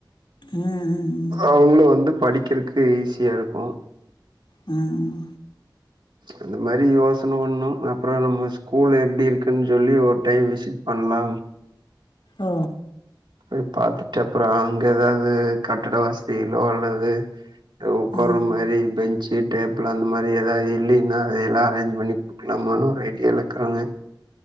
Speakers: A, on the left; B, on the right.
A: ம், ம்,
B: அவுங்களு வந்து படிக்கிறக்கு ஈஸியா இருக்கு
A: ம்
B: அந்த மாரி யோசன ஒண்ணு அப்புற நம்ம ஸ்கூல் எப்டி இருக்குன்னு சொல்லி ஒரு டைம் விசிட் பண்லா
A: ஓ
B: போய் பாத்துட்டு அப்புற அங்க ஏதாது கட்டட வசதியிலோ அல்லது ஆ உக்கார
A: ம்.
B: மேரி பெஞ்சு டேபிள் அந்த மாரி ஏதாது இல்லீன்னா அத எல்லா அரேஞ்ச் பண்ணி நம்மனு ஒரு ஐடியால இருக்குறோங்க